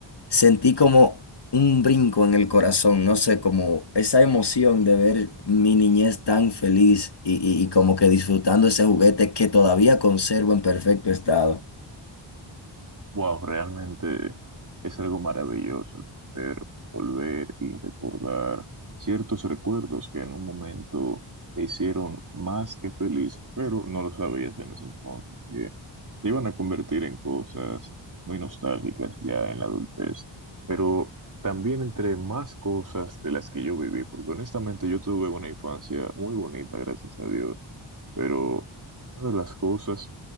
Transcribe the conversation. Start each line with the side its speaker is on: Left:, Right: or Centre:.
Left: sentí como un brinco en el corazón, no sé, como esa emoción de ver mi niñez tan feliz y, y y como que disfrutando ese juguete que todavía conservo en perfecto estado.
Right: Wow, realmente es algo maravilloso el poder volver y recordar ciertos recuerdos que en un momento te hicieron más que feliz, pero no lo sabías en ese entonces, que te iban a convertir en cosas muy nostálgicas ya en la adultez. Pero también entre más cosas de las que yo viví, porque honestamente yo tuve una infancia muy bonita, gracias a Dios, pero una de las cosas